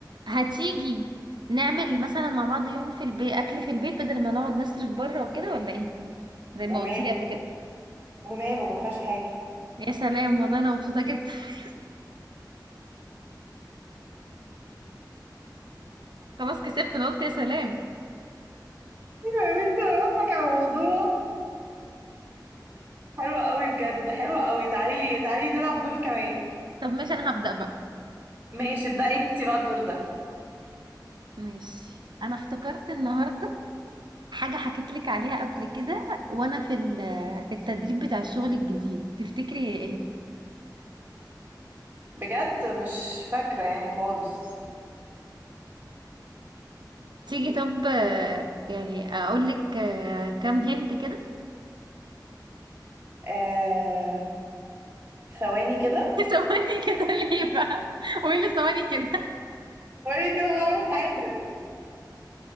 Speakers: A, on the right (about 80°); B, on the right (about 25°).
A: هتيجي نعمل مثلا مع بعض يوم في البيت اكل في البيت بدل ما نقعد نصرف بره وكده ولا ايه زي ما
B: وماله
A: قلتي لي قبل كده
B: وماله ما فيهاش حاجه
A: يا سلام والله انا مبسوطه جدا <laughs> خلاص كسبت انا قلت يا سلام
B: <laughs> ايوه يا بنتي انا بضحك على الموضوع حلوه قوي بجد حلوه قوي تعالي تعالي نلعب دور كمان
A: طب ماشي انا هبدأ بقى
B: ماشي ابدأي انتي بقى الدور ده
A: ماشي انا افتكرت النهارده حاجه حكيت لك عليها قبل كده وانا في ال- في التدريب بتاع الشغل الجديد تفتكري هي ايه
B: بجد مش فاكرة يعني خالص
A: تيجي طب آه، يعني اقول لك آه، كام هنت كده
B: آه... ثواني كده
A: <laughs> ثواني كده ليه بقى وايه اللي ثواني كده <laughs>
B: قولي كده بعمل حاجة